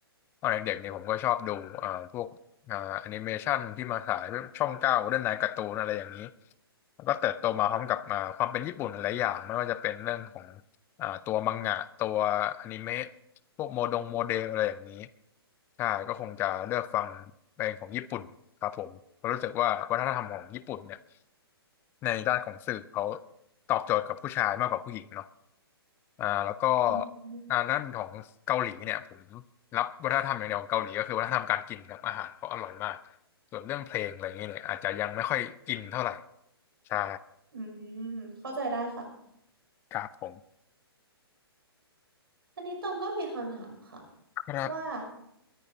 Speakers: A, on the left (about 15°); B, on the right (about 65°).
A: ตอนเด็กๆเนี่ยผมก็ชอบดูอ่าพวกอ่าแอนิเมชันที่มาฉายช่องเก้าเรื่องนายการ์ตูนอะไรอย่างนี้แล้วก็เติบโตมาพร้อมกับอ่าความเป็นญี่ปุ่นหลายๆอย่างไม่ว่าจะเป็นเรื่องของ อ่าตัวมังงะตัวอนิเมะพวกโมดงโมเดลอะไรอย่างนี้ใช่ก็คงจะเลือกฟังเพลงของญี่ปุ่นครับผมเพราะรู้สึกว่าวัฒนธรรมของญี่ปุ่นเนี่ยในด้านของสื่อเขาตอบโจทย์กับผู้ชายมากกว่าผู้หญิงเนาะอ่าแล้วก็
B: อืม
A: อ่าด้านของเกาหลีเนี่ยผมรับวัฒนธรรมอย่างเดียวของเกาหลีก็คือวัฒนธรรมการกินครับอาหารเขาอร่อยมากส่วนเรื่องเพลงอะไรอย่างเงี้ยเนี่ยอาจจะยังไม่ค่อยอินเท่าไหร่ใช่
B: อืมเข้าใจได้ค่ะ
A: ครับผม
B: อันนี้ตองก็มีคำถามค่ะ
A: ครับ
B: ว่า